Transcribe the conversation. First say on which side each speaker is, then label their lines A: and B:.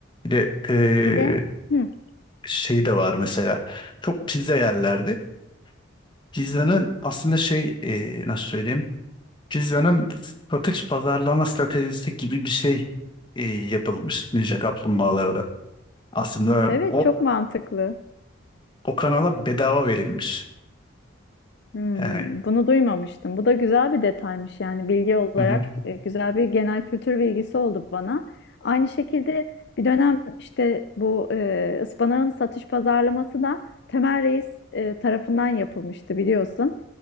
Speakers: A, on the left; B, on the left.
A: Bir de eee,
B: Bir de Hı,
A: şey de var mesela. Çok pizza yerlerdi. Pizzanın aslında şey eee, nasıl söyleyeyim? Pizzanın satış pazarlama stratejisi gibi bir şey eee, yapılmış Ninja Kaplumbağalarda. Aslında
B: evet
A: o
B: çok mantıklı.
A: o kanala bedava verilmiş.
B: Hmm,
A: Yani
B: bunu duymamıştım. Bu da güzel bir detaymış yani bilgi olarak
A: hı hı.
B: e, güzel bir genel kültür bilgisi oldu bana. Aynı şekilde bir dönem işte bu e, ıspanağın satış pazarlaması da Temel Reis e, tarafından yapılmıştı biliyorsun.